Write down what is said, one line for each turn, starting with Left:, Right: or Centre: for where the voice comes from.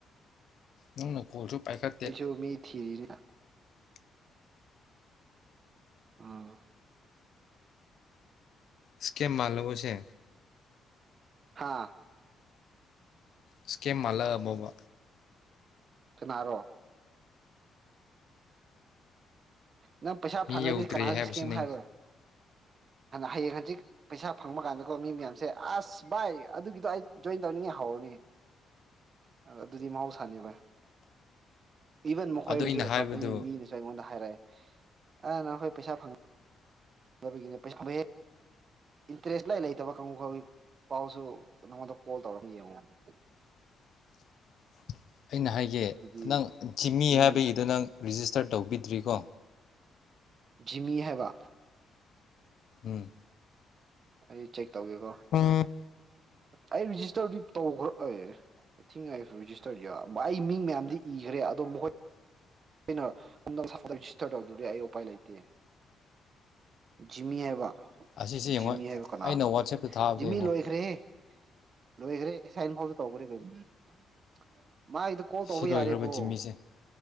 Left: ꯅꯪꯅ ꯀꯣꯜꯁꯨ ꯄꯥꯏꯈꯠꯇꯦ
Right: ꯑꯩꯁꯨ ꯃꯤ ꯊꯤꯔꯤꯅꯤ <inaudible> ꯑ
Left: ꯏꯁ꯭ꯀꯦꯝ ꯃꯥꯜꯂꯕꯣꯁꯦ
Right: ꯍꯥꯥ
Left: ꯏꯁꯀꯦꯝ ꯃꯥꯜꯂꯛ ꯑꯕꯣꯕ
Right: ꯀꯅꯥꯔꯣ ꯅꯪ ꯄꯩꯁꯥ
Left: ꯃꯤ
Right: ꯐꯪꯉꯗꯤ
Left: ꯌꯧꯗ꯭ꯔꯦ
Right: ꯀꯅꯥꯁꯨ
Left: ꯍꯥꯏꯕꯁꯤ
Right: ꯏꯁꯀꯦꯝ
Left: ꯅꯪ
Right: ꯍꯥꯏꯔꯣꯏ ꯍꯌꯦꯡ ꯍꯖꯤꯛ ꯄꯩꯁꯥ ꯐꯪꯕ ꯀꯥꯟꯗꯀꯣ ꯃꯤ ꯃꯌꯥꯝꯁꯦ ꯑꯁ ꯚꯥꯏ ꯑꯗꯨꯒꯤꯗꯣ ꯑꯩ ꯖꯣꯏꯟ ꯇꯧꯅꯤꯡꯉꯦ ꯍꯧꯔꯅꯦ ꯑ ꯑꯗꯨꯗꯤ ꯃꯍꯥꯎꯁꯥꯅꯦ ꯚꯥꯏ ꯏꯚꯟ ꯃꯈꯣꯏ
Left: ꯑꯗꯣ
Right: ꯍꯧꯖꯤꯛ
Left: ꯑꯩꯅ ꯍꯥꯏꯕꯗꯨ
Right: ꯀꯝꯄꯅꯤ ꯃꯤꯅꯁꯨ ꯑꯩꯉꯣꯟꯗ ꯍꯥꯏꯔꯛꯑꯦ ꯑ ꯅꯈꯣꯏ ꯄꯩꯁꯥ ꯐꯪ ꯕꯒꯤꯅꯦ ꯄꯩꯁꯥ ꯏꯟꯇꯔꯦꯁ ꯂꯥꯏ ꯂꯩꯇꯕ ꯀꯥꯡꯪꯉꯨ ꯈ ꯄꯥꯎꯁꯨ ꯅꯪꯉꯣꯟꯗ ꯀꯣꯜ ꯇꯧꯔꯒ ꯌꯦꯡꯉꯣꯗ ꯍꯥꯏꯗꯤ
Left: <inaudible> ꯑꯩꯅ ꯍꯥꯏꯒꯦ
Right: ꯑꯗꯨꯗꯤ
Left: ꯅꯪ ꯖꯤꯃꯤ
Right: ꯎꯝ
Left: ꯍꯥꯏꯕꯒꯤꯗꯣ ꯅꯪ ꯔꯤꯖꯤꯁꯇꯔ ꯇꯧꯕꯤꯗ꯭ꯔꯤꯀꯣ
Right: ꯖꯤꯃꯤ ꯍꯥꯏꯕ
Left: ꯎꯝ
Right: ꯑꯩ ꯆꯦꯛ ꯇꯧꯒꯦꯀꯣ
Left: ꯍꯥꯞ
Right: ꯑꯩ ꯦꯖꯤꯁꯇꯔꯗꯤ ꯇꯧꯈ꯭ꯔꯛꯑꯦꯤꯡꯦꯖꯤꯁꯇꯔ ꯃꯤ ꯃꯌꯥꯝꯗꯤ ꯏꯈ꯭ꯔꯦ ꯑꯗꯣ ꯃꯈꯣꯏ ꯑꯩꯅ ꯅꯦꯖꯤꯁꯇꯔ ꯇꯧꯗꯦ ꯑꯩ ꯎꯄꯥꯏ ꯂꯩꯇꯦ ꯖꯤꯃꯤ ꯍꯥꯏꯕ
Left: ꯑꯁꯤꯁꯦ ꯌꯦꯡꯉꯣ
Right: ꯖꯤꯃꯤ ꯍꯥꯏꯕ ꯀꯅꯥꯜ
Left: ꯑꯩꯅ ꯋꯥꯆꯦꯞꯇ ꯊꯥꯕꯗ
Right: ꯖꯤꯃꯤ
Left: ꯌꯦꯡꯉꯣ
Right: ꯂꯣꯏꯈ꯭ꯔꯦꯍꯦ ꯂꯣꯏꯈ꯭ꯔꯦ ꯑꯦꯁꯥꯏꯟ ꯐꯥꯎꯁꯨ ꯇꯧꯈ꯭ꯔꯦ ꯀꯩꯅꯣꯒꯤ ꯀꯣꯜ ꯇꯧꯕ
Left: ꯁꯤ ꯂꯣꯏꯈ꯭ꯔꯕ
Right: ꯌꯥꯔꯤꯕ꯭ꯔꯣ
Left: ꯖꯤꯃꯤꯁꯦ